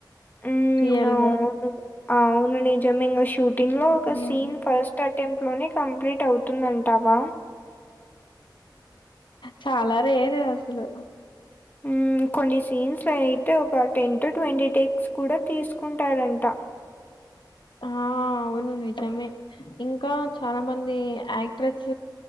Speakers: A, on the left; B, on the left.
A: హ్మ్.
B: రియల్
A: అవును.
B: గా
A: అవును నిజం ఇంగ షూటింగ్ లో
B: హ్మ్.
A: ఒక సీన్ ఫస్ట్ అటెంప్ట్ లోనే కంప్లీట్ అవుతుంది అంటావా
B: చాలా రేరు అసలు
A: ఉ కొన్ని సీన్స్ అయితే ఒక టెన్ టు ట్వంటీ టెక్స్ కూడా తీసుకుంటాడంట
B: ఆ అవును నిజమే ఇంకా చాలా మంది యాక్ట్రెస్